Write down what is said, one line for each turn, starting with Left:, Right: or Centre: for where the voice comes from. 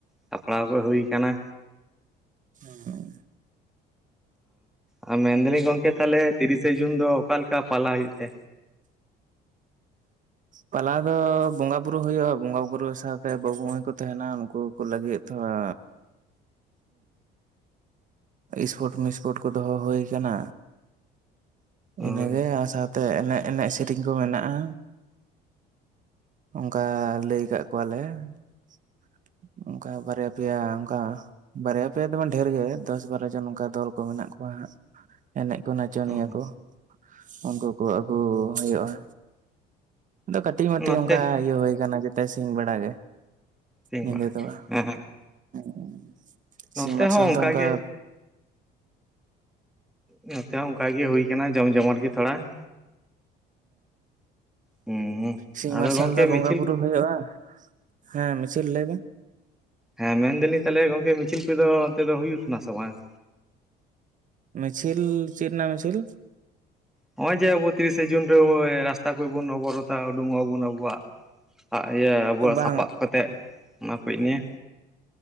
Centre: ᱥᱟᱯᱲᱟᱣ ᱠᱚ ᱦᱩᱭ ᱠᱟᱱᱟ᱾
Right: ᱦᱮᱸ
Centre: ᱚ ᱢᱮᱱ ᱫᱟᱞᱤᱧ ᱜᱚᱢᱠᱮ ᱛᱟᱦᱚᱞᱮ ᱛᱤᱨᱤᱥ ᱡᱩᱱ ᱫᱚ ᱚᱠᱟᱮᱠᱟ ᱯᱟᱞᱟᱣ ᱦᱩᱭᱩᱜ ᱛᱮ?
Right: ᱯᱟᱞᱟ ᱫᱚ ᱵᱚᱸᱜᱟ ᱵᱩᱨᱩᱳ ᱦᱩᱭᱩᱜᱼᱟ ᱵᱚᱸᱜᱟ ᱵᱩᱨᱩ ᱥᱟᱶᱛᱮ ᱵᱟᱹᱵᱩ ᱢᱟᱹᱭᱠᱩ ᱛᱟᱦᱮᱱᱟ ᱩᱱᱠᱩ ᱠᱚ ᱞᱟ. ᱜᱤᱛ ᱛᱷᱚ ᱦᱟ ᱥᱯᱳᱨᱴ ᱢᱤᱥᱯᱳᱚᱴ ᱠᱚ ᱫᱚᱦᱚ ᱦᱩᱭ ᱠᱟᱱᱟ᱾
Centre: ᱦᱳᱭ
Right: ᱤᱱᱟᱹᱜᱮ ᱟᱨ ᱥᱟᱶᱛᱮ ᱮᱱᱮᱡ ᱮᱱᱮᱡ ᱥᱮᱨᱮᱧ ᱠᱚ ᱢᱮᱱᱟᱜᱼᱟ᱾ ᱚᱱᱠᱟ ᱞᱟᱹᱭ ᱠᱟᱜ ᱠᱚᱣᱟᱞᱮ ᱾ ᱚᱱᱠᱟ ᱵᱟᱨᱭᱟ ᱯᱮᱭᱟ ᱚᱱᱠᱟ ᱵᱟᱨᱭᱟ ᱯᱮᱭᱟ ᱫᱚ ᱵᱟᱝ ᱰᱷᱮᱨ ᱜᱮ ᱫᱚᱥ ᱵᱟᱨᱚ ᱡᱚᱱ ᱚᱱᱠᱟ ᱫᱚᱞ ᱠᱚ ᱢᱮᱱᱟᱜ ᱠᱚᱣᱟ᱾ ᱮᱱᱮᱡ ᱠᱚ ᱱᱟᱪᱚᱱᱤᱭᱟᱹ
Centre: ᱚ
Right: ᱠᱚ᱾ ᱩᱱᱠᱩ ᱠᱚ ᱟᱹᱜᱩ ᱦᱩᱭᱩᱜᱼᱟ᱾ ᱠᱟᱹᱴᱤᱡ ᱢᱟᱹᱴᱤᱡ
Centre: ᱱᱚᱛᱮ
Right: ᱚᱱᱠᱟ ᱤᱭᱟᱹ ᱦᱩᱭ ᱠᱟᱱᱟ ᱡᱟᱛᱮ ᱥᱤᱧ ᱵᱮᱲᱟ ᱜᱮ
Centre: ᱛᱤᱧ
Right: ᱧᱤᱫᱟ
Centre: ᱵᱟᱲᱟᱭ
Right: ᱫᱚ ᱵᱟᱝ
Centre: ᱦᱮᱸ
Right: ᱦᱩᱸ᱾
Centre: ᱱᱚᱛᱮ
Right: ᱥᱤ ᱢᱟᱨᱟᱨᱥᱟᱞ
Centre: ᱦᱚᱸ ᱚᱱᱠᱟᱜᱮ
Right: ᱫᱚ ᱚᱝᱠᱟ
Centre: ᱱᱚᱛᱮ ᱦᱚᱸ ᱚᱱᱠᱟᱟᱜᱮ ᱦᱩᱭ ᱠᱟᱱᱟ ᱡᱚᱢ ᱡᱚᱢᱚᱴ ᱜᱮ ᱛᱷᱚᱲᱟ ᱾ ᱦᱩᱸ
Right: ᱥᱤᱧ
Centre: ᱟᱫᱚ
Right: ᱢᱟᱨᱥᱟᱞ
Centre: ᱜᱚᱝᱠᱮ
Right: ᱫᱚ ᱵᱚᱸᱜᱟ
Centre: ᱢᱤᱪᱷᱤᱞ
Right: ᱵᱩᱨᱩ ᱦᱩᱭᱩᱜᱼᱟ ᱾ ᱦᱮᱸ ᱢᱟᱥᱮ ᱞᱟᱹᱭ ᱵᱤᱱ ᱾
Centre: ᱦᱮᱸ ᱢᱮᱱ ᱫᱟᱞᱤᱧ ᱛᱟᱦᱞᱮ ᱜᱚᱢᱠᱮ ᱢᱤᱪᱷᱤᱞ ᱯᱮᱫᱚ ᱚᱱᱛᱮ ᱫᱚ ᱦᱩᱭᱩᱜ ᱥᱟᱱᱟ ᱥᱮ ᱵᱟᱝ᱾
Right: ᱢᱤᱪᱷᱤᱞ ᱪᱮᱫ ᱨᱮᱱᱟᱜ ᱢᱤᱪᱷᱤᱞ?
Centre: ᱱᱚᱜᱼᱚᱭ ᱡᱮ ᱟᱵᱚ ᱛᱤᱨᱤᱥᱮ ᱡᱩᱱ ᱨᱮ ᱨᱟᱥᱛᱟ ᱠᱚᱵᱚᱱ ᱚᱵᱚᱨᱚᱛᱟ ᱩᱰᱩᱠᱚᱜ ᱟᱵᱚᱱ ᱟᱵᱚᱣᱟᱜ ᱤᱭᱟᱹ ᱟᱵᱚᱣᱟᱜ
Right: ᱵᱟᱝ
Centre: ᱥᱟᱯᱟᱵ ᱠᱟᱛᱮᱜ ᱚᱱᱟ ᱠᱚ ᱱᱤᱭᱮ